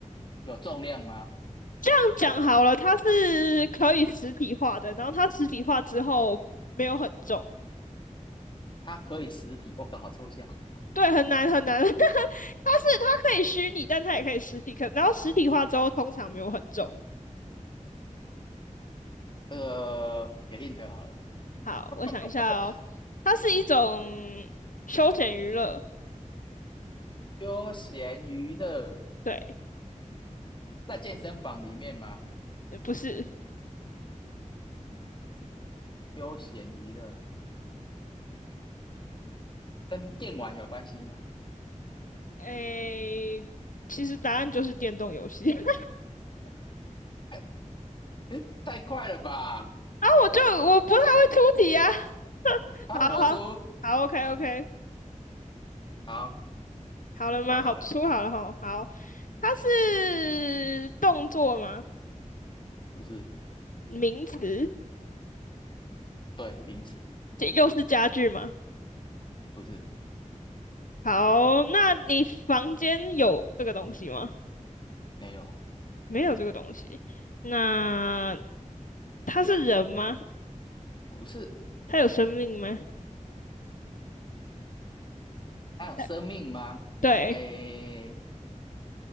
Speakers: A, on the left; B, on the left.
A: 有重量吗？
B: 这样讲好了，它是可以实体化的，然后它实体化之后没有很重。
A: 它可以实体，我靠，好抽象。
B: 对，很难很难。<laughs> 它是它可以虚拟，但它也可以实体。可然后实体化之后，通常没有很重。
A: 这个给 hint 好了，
B: 好，我想一下哦，
A: <laughs>
B: 它是一种休闲娱乐。
A: 休闲娱乐
B: 对，
A: 在健身房里面吗？
B: 呃不是。
A: 不是，休闲娱乐跟电玩有关系吗？
B: 诶，其实答案就是电动游戏。<laughs> 然
A: 哎，诶太快了吧！
B: 后我就我不太会出题啊。
A: 好，
B: 好好好，OK
A: 我出，
B: OK，
A: 好，
B: 好了吗？
A: 讲好了，
B: 好，出好了哈。好，它是动作吗？
A: 哎，欸不是，
B: 名词？
A: 对，名词，
B: 这又是家具吗？
A: 不是，
B: 好，那你房间有这个东西吗？
A: 没有，
B: 没有这个东西。那它是人吗？
A: 不是，
B: 它有生命吗？
A: 它有生命吗？
B: 它对，
A: 哎，欸